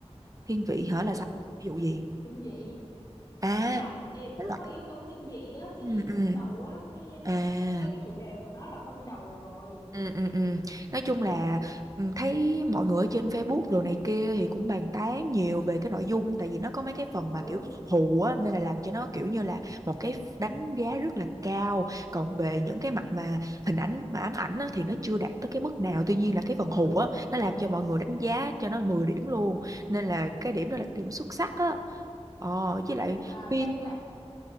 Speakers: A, on the right (about 30°); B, on the left (about 35°).
A: Thiên vị hả là
B: ừ
A: sao? Ví dụ gì?
B: kinh dị
A: À,
B: tức là ê, có
A: thể
B: có
A: loại
B: yếu tố kinh dị á cái
A: ừ,
B: gì
A: ừ.
B: không đầu á cái
A: À.
B: cái ngay cái chủ đề của nó là không đầu rồi
A: Ừ, ừ, ừ. Nói chung là ừ, thấy mọi người ở trên Facebook đồ này kia thì cũng bàn tán nhiều về cái nội dung tại vì nó có mấy cái phần mà
B: ừ
A: kiểu hù á nên là làm cho nó kiểu như là một cái đánh giá rất là cao còn về những cái mặt mà hình ảnh mà ám ảnh á, thì nó chưa đạt tới cái mức nào tuy nhiên là cái phần hù á nó làm cho mọi người đánh giá cho nó 10 điểm luôn nên là cái điểm đó là cái điểm xuất sắc á ờ, với lại
B: à,
A: phim
B: cái tại